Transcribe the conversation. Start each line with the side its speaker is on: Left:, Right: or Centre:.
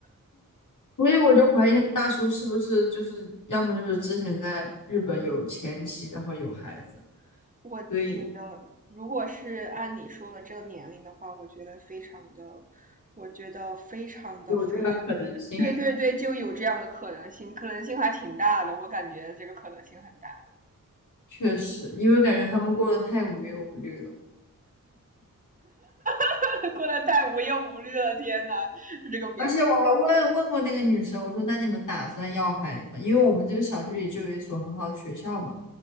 Left: 所以我就怀疑那个大叔是不是就是要么就是之前在日本有前妻，然后有孩子，
Right: <laughs> 我觉得，
Left: 所以
Right: 如果是按你说的这个年龄的话，我觉得非常的，我觉得非常的非。
Left: 有这个可能性。
Right: 对对对，
Left: <laughs>
Right: 就有这样的可能性，可能性还挺大的，我感觉这个可能性很大的。
Left: 确实，因为感觉他们过得太无忧无虑了。
Right: <laughs> 过得太无忧无虑了，天呐，这个描述。
Left: 而且我还问问过那个女生，我说那你们打算要孩子吗？因为我们这个小区里就有一所很好的学校嘛。